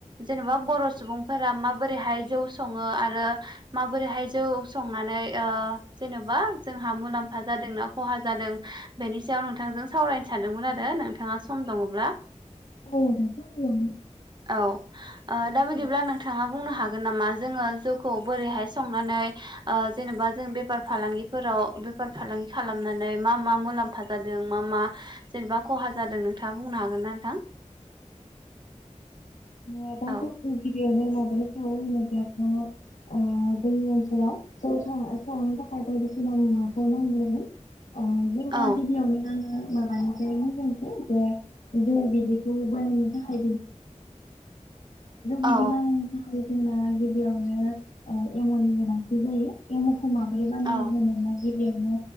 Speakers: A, on the right (about 35°); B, on the left (about 75°).
A: जेन'बा बर' सुबुं फोर माबोरैहाय जौ सङो आरो माबोरैहाय जौ संनानै जेनेबा जोंहा मुलाम्फा जादोंना खहा जादों। बेनि सायाव नोंथांजों सावरायनो सानदोंमोन आरो नोंथाङा सम दङब्ला।
B: औ <unintelligible>
A: औ दा बिदिब्ला
B: औ
A: नोंथाङा बुंनो हागोन नामा जोङो जौखौ बोरैहाय संनानै जेनेबा जों बेफार फालांगिफोराव बेफार फालांगि खालामनानै मा मा मुलामफा जादों मा मा जेनेबा खहा जादों नोंथाङा बुंनो हागोन ना नोंथां?
B: ओं दा
A: औ
B: जों गिबियावनो माबोरै सङो होनोब्ला जोङो जोंनि ओनसोलाव जौ संनो थाखाय बायदिसिना मुवाखौ नांग्रोगोन। अ जोंना
A: औ
B: गिबियावनो माबानिफ्राय‌ <unintelligible> जौ बिदैखौ बानायनो <unintelligible> जौ बिदै
A: औ
B: बानायनो थाखाय जोंना गिबियावनो एमावनि गोनांथि जायो। ए मावखौ माबोरै बानायनाय
A: औ
B: जायो बेयावनो